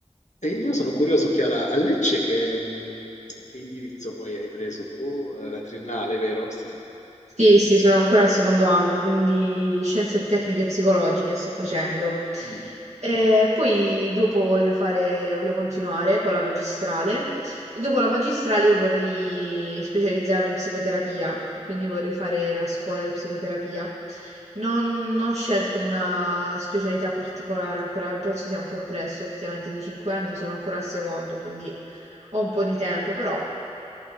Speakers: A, on the left; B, on the right.
A: E io sono curioso, Chiara, a Lecce che, mm, che indirizzo poi hai preso tu? Eh, La triennale, vero? Sì, sì.
B: Sì, sì, sono ancora al secondo anno, quindi scienze tecniche psicologiche sto facendo.
A: Mm,
B: E poi dopo voglio fare, voglio continuare con la magistrale e dopo la magistrale io vorrei specializzarmi in psicoterapia, quindi vorrei fare la scuola di psicoterapia. Non ho scelto una specialità particolare ancora, penso sia un po' presto, effettivamente di 5 anni sono ancora al secondo, quindi ho un po' di tempo, però...